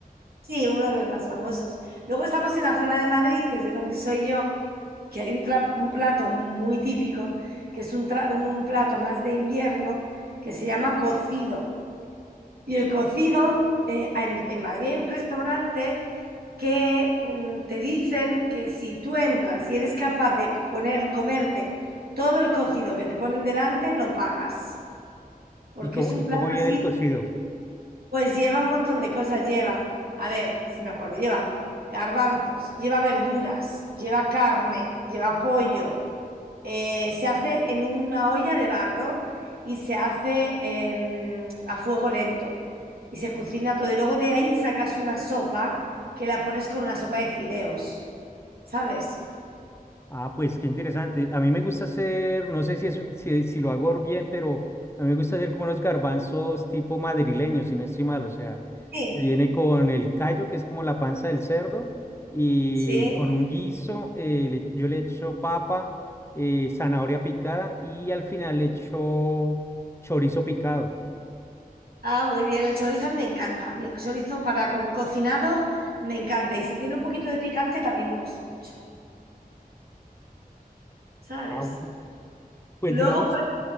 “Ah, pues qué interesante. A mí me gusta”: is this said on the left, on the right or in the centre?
Left